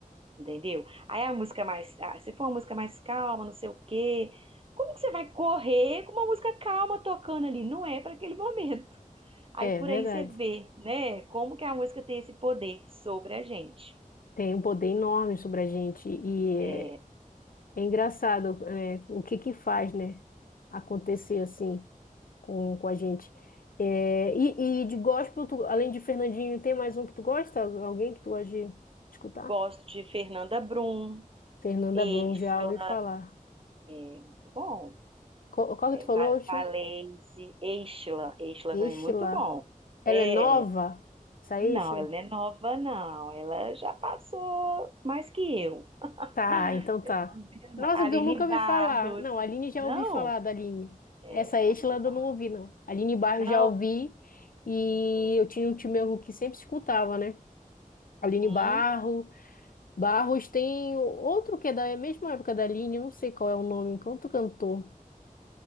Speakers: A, on the right (about 40°); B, on the left (about 75°).
A: entendeu? Aí a música mais, ah, se for uma música mais calma, não sei o quê, como que você vai correr com uma música calma tocando ali? Não é para aquele <laughs> momento. Aí
B: é
A: por
B: verdade.
A: aí você vê, né, como que a música tem esse poder sobre a gente.
B: Tem um poder enorme sobre a gente e é,
A: É,
B: é engraçado, é, o que que faz, né? Acontecer assim. com, com a gente. É, e, e de gospel, tu- além de Fernandinho, tem mais um que tu gosta? Alguém que tu gosta de escutar?
A: gosto de Fernanda Brum.
B: Fernanda
A: Eixla,
B: Brum, já ouvi falar.
A: é, muito bom.
B: Qual, qual
A: É,
B: que tu falou,
A: Va-
B: último?
A: Valese, Eixla, Eixla
B: Estela.
A: também é muito bom.
B: Ela
A: É,
B: é nova? Essa
A: não,
B: Estela?
A: ela não é nova, não. Ela já passou mais que eu. <laughs>
B: Tá, então tá.
A: Não, vira,
B: Nossa,
A: não. Aline
B: porque eu nunca ouvi
A: Barros.
B: falar. Não, a Aline já
A: Não?
B: ouvi falar da Aline.
A: É,
B: Essa Estela
A: Aline
B: eu
A: Barros.
B: não ouvi, não. Aline Barros
A: Não.
B: já ouvi. E
A: Uhum,
B: eu tinha um tio meu que sempre escutava, né? Aline
A: uhum.
B: Barros. Barros tem outro que é da mesma época da Aline, eu não sei qual é o nome, outro cantor.